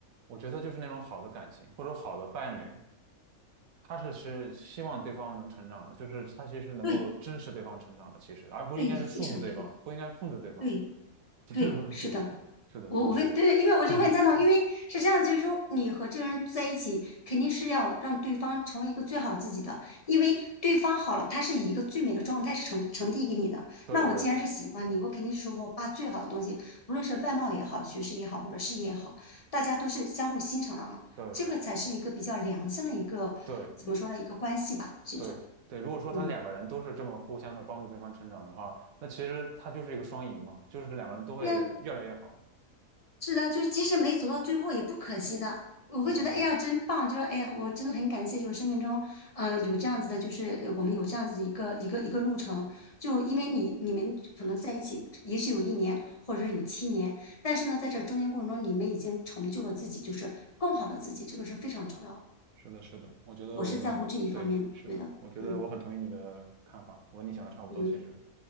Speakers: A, on the right (about 70°); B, on the left (about 25°).
A: 我觉得就是那种好的感情，或者说好的伴侣，他是是希望对方能成长的，就是他其实能够支持对方成长的，
B: 对
A: 其实，而不应该是束缚对方，
B: 对，非常对，
A: 不应该控制对方，
B: 对
A: <laughs> 就是不对，
B: 对，是的。
A: 是的，
B: 我我会对，
A: 是的，
B: 因为我就很赞同，
A: <laughs>
B: 因为是这样就是说你和这个人在一起，肯定是要让对方成为一个最好自己的，因为对方好了，他是以一个最美的状态是呈呈递给你的。
A: 对对
B: 那我既然是喜欢你，我肯定是说我把最好的东西，无论是外貌也好，学识也好，或者事业也好，大家都是相互欣赏的嘛，
A: 对
B: 这个才是一个比较良性的一个，
A: 对
B: 怎么说呢，一个关系吧，这种，
A: 对对。如果说他两个人都是这么互相的帮助对方成长的话，
B: 嗯，
A: 那其实他就是一个双赢嘛，就是两个人都会越来越好。
B: 对啊，是的，就是即使没走到最后也不可惜的，我会觉得哎呀真棒，
A: 对，
B: 就是哎呀我真的很感谢，就是生命中呃有这样子的，就是呃我们有这样子的一个一个一个路程，就因为你你们可能在一起，也许有一年或者说有七年，但是呢在这中间过程中，你们已经成就了自己，就是更好的自己，这个是非常重要的
A: 是的，是的，我觉得我们对，
B: 我是在乎这一方面的，
A: 是的，
B: 对的，
A: 我觉得我很同意你的看法，
B: 嗯
A: 我跟你想的差不多，
B: 嗯，
A: 其实。